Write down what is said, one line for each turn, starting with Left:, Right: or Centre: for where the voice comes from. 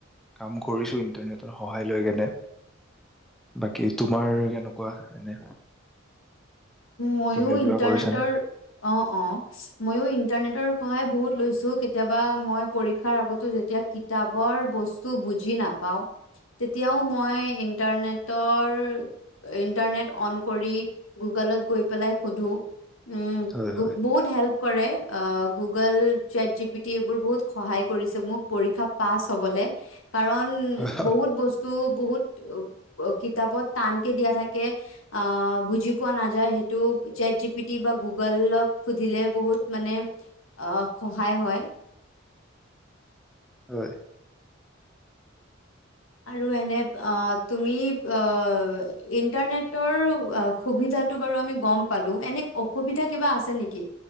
Centre: কাম কৰিছো ইণ্টাৰনেটৰ সহায় লৈ কেনে বাকী তোমাৰ এনেকুৱা এনে
Left: ময়ো
Centre: তুমিও কিবা
Left: ইণ্টাৰনেটৰ
Centre: কৰিছানে?
Left: অ', অ', ময়ো ইণ্টাৰনেটৰ সহায় বহুত লৈছো কেতিয়াবা মই পৰীক্ষাৰ আগতো যেতিয়া কিতাপৰ বস্তু বুজি নাপাওঁ তেতিয়াও মই ইণ্টাৰনেটৰ ইণ্টাৰনেট অন কৰি গো গুগলত গৈ পেলাই সোধোঁ উম,
Centre: হয় হয়
Left: বহুত হেল্প কৰে অ', গুগল চেত জিপিটি এইবোৰ বহুত সহায় কৰি মোক পৰীক্ষা পাছ হ'বলে। কাৰণ
Centre: হয়
Left: বহুত বস্তু বহুত। কিতাপত টানকে দিয়া থাকে অ', বুজি নাযায় হেইটো ছেট যি পি টি বা গুগলক সুধিলে বহুত মানে আ, সহায় হয়।
Centre: হয়।
Left: আৰু এনে আ, তুমি আ, ইন্টাৰনেটৰ সুবিধাটো বাৰু আমি গম পালো এনে অসুবিধা কিবা আছে নেকি?